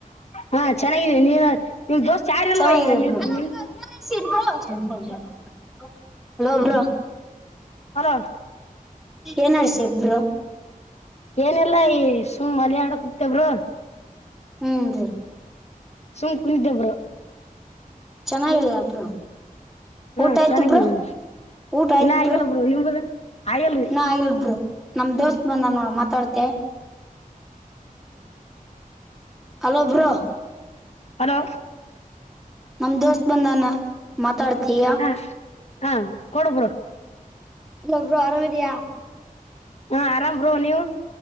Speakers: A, on the left; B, in the centre.
A: ಹಾ ಚೆನ್ನಾಗಿದ್ದೀ ನೀವ ನಿ ದೋಸ್ ಯಾರ ಅಲ್ವ
B: ಚೆನ್ನಾಗಿದೆ
A: ಈಗ ನಿಮ
B: <inaudible>
A: ಹಲೋ
B: ಏನಡ್ಸಿ ಇಬ್ರು
A: ಏನೆಲ್ಲಾ ಈ ಸುಮ್ ಮಳ ಆಡಕ್ತಬ್ರು
B: ಹ್ಮ್ ರೀ
A: ಸುಮ್ ಕು ಕುಂತಿಂ ಬ್ರೋ
B: ಚೆನ್ನಾಗಿಲ್ಲ ಬ್ರೋ
A: ಹಾ
B: ಊಟ ಆಯ್ತು
A: ಚೆನ್ನಾಗಿದೇರಿ
B: ಬ್ರೋ ಊಟ ಆಯ್ತು
A: ಇನ್ನ ಆಗಲ್
B: ಬ್ರೋ
A: ಬ್ರ ನಿಮುದ ಆಗಲ್ರಿ
B: ಇನ್ನ ಆಗಿಲ್ ಬ್ರೋ ನಮ್ ದೋಸ್ತ್ ಬಂದ ನೋಡ್ ಮಾತಾಡ್ತೆ ಹಲೋ ಬ್ರೋ
A: ಹಲೋ
B: ನಮ್ ದೋಸ್ತ್ ಬಂದಾನ ಮಾತಾಡ್ತ ತಿಯ
A: ಹಾ ಹಾ ಕೊಡು ಬ್ರೋ
B: ಅಲ್ಲೊಬ್ರು ಆರಾಮಿದಿಯಾ
A: ಹಾ ಆರಾಮರು ನೀವು